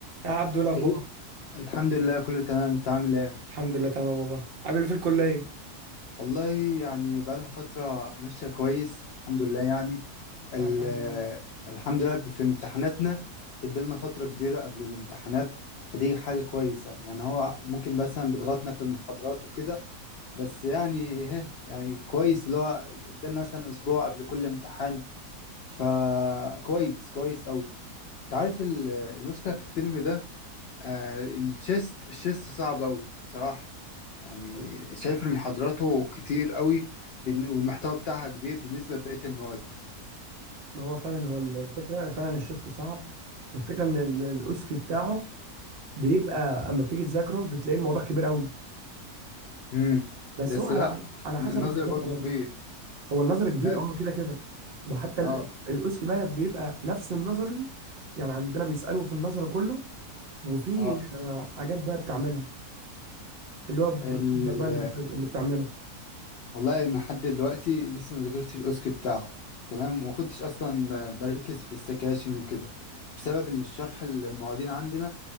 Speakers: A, on the right; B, on the left.
A: يا عبدو إيه الاخبار
B: إيه؟ الحمد لله كله تمام انت عامل ايه
A: الحمد لله تمام والله عامل إيه في الكليه
B: والله يعني بقالها فترة ماشية كويس الحمد لله يعني ال-
A: طب الحمد لله
B: الحمد لله في امتحاناتنا ادالنا فترة كبيرة قبل الامتحانات فدي حاجة كويسة يعني هو ممكن مثلا بيضغطنا في المحاضرات وكده بس يعني ها يعني كويس اللي هو ادالنا مثلا اسبوع قبل كل امتحان فكويس كويس قوي انت عارف ال- المشكلة في الترم ده آه الشيست الشيست صعب قوي بصراحة يعني
A: هو-
B: شايف ان محاضراته كتير قوي بالن- والمحتوى بتاعها كبير بالنسبة لبقية المواد
A: ما هو فعلا هو الفكره فعلا الشيست صعب الفكره ان ال- الاوسكي بتاعه بيبقى اما بتيجي تذاكره بتلاقي الموضوع كبير قوي
B: امم
A: بس
B: بس
A: هو على
B: لا
A: على حسب
B: النظري
A: الدكاتره
B: برضو
A: برضه
B: كبير
A: هو النظر كبير
B: لان
A: اه كده كده وحتى
B: اه
A: ال- الاوسكي بقى بيبقى نفس النظري يعني عندنا بيسالوا في النظر كله وفي
B: اه
A: آه، حاجات بقى بتعملها اللي هو بروسيجر
B: ال...
A: بقى اللي بت- اللي بتعمله
B: والله انا لحد دلوقتي لسه ما ذاكرتش الاوسكي بتاعه تمام وما كنتش اصلا بركز في السكاشن وكده بسبب ان الشرح المعيدين عندنا